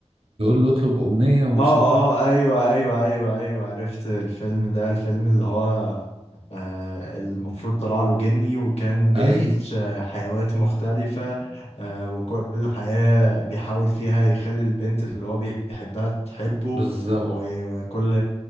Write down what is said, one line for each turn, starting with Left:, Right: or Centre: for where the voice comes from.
Right: له اطلب امنية وسبع
Left: اه اه ايوه ايوه ايوه ايوه عرفت الفيلم ده الفيلم اللي هو آه المفروض طلع له جني وكان بيعيش
Right: ايوه
Left: آه حيوات مختلفة آه وكل حياة بيحاول فيها يخلي البنت اللي هو بيحبها تحبه
Right: بالظبط
Left: وكل